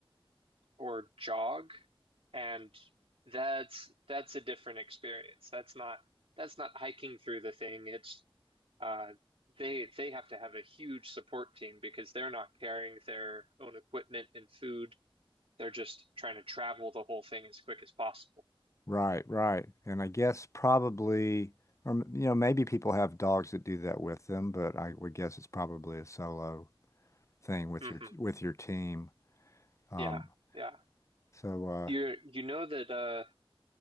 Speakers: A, on the right; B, on the left.
A: or jog And that's that's a different experience. That's not that's not hiking through the thing. It's uh they they have to have a huge support team because they're not carrying their own equipment and food. They're just trying to travel the whole thing as quick as possible.
B: Right, right. And I guess probably, or m- you know, maybe people have dogs that do that with them, but I would guess it's probably a solo thing with
A: hmm
B: your with your team. Um,
A: Yeah, yeah.
B: so uh,
A: you you know that uh